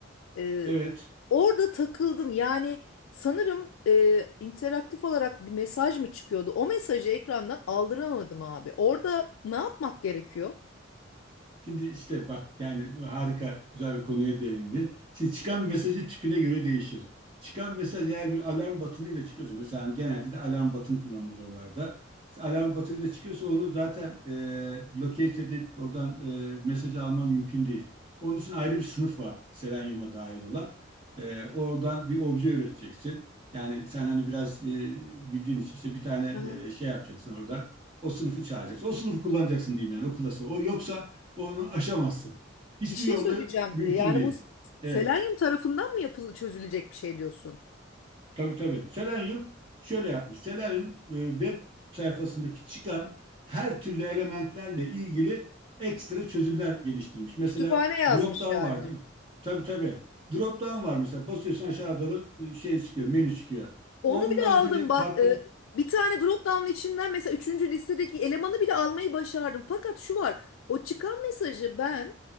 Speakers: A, on the left; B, on the right.
A: Ee,
B: Evet.
A: orada takıldım. Yani sanırım e, interaktif olarak bir mesaj mı çıkıyordu? O mesajı ekrandan aldıramadım abi. Orada ne yapmak gerekiyor?
B: Şimdi işte bak yani harika güzel bir konuya değindin. Şimdi çıkan mesajı tipine göre değişir. Çıkan mesaj eğer bir alarm batınıyla çıkıyorsa mesela hani genelde de alarm batın kullanılır oralarda. İşte alarm batınıyla çıkıyorsa onu zaten e, locate edip oradan e, mesajı alman mümkün değil. Onun için ayrı bir sınıf var Selenium'a dahil olan. E, oradan bir obje üreteceksin. Yani sen hani biraz e, bildiğin için işte bir tane
A: Aha.
B: e, şey yapacaksın orada. O sınıfı çağıracaksın. O sınıfı kullanacaksın diyeyim yani o klası. O yoksa onu aşamazsın. Hiçbir
A: Bir şey
B: yolla
A: söyleyeceğim.
B: mümkün
A: E, Yani
B: değil.
A: bu
B: Evet.
A: selenyum tarafından mı yapılı çözülecek bir şey diyorsun?
B: Tabii tabii. Selenium şöyle yapmış. Selenium e, web sayfasındaki çıkan her türlü elementlerle ilgili ekstra çözümler geliştirmiş. Mesela
A: Kütüphane yazmış
B: drop down
A: yani.
B: var değil mi? Tabii tabii. Drop down var mesela. Basıyorsun aşağı doğru e, şey çıkıyor, menü çıkıyor.
A: Onu
B: Onunla
A: bile
B: ilgili
A: aldım bak.
B: farklı
A: e, bir tane drop down içinden mesela üçüncü listedeki elemanı bile almayı başardım. Fakat şu var. O çıkan mesajı ben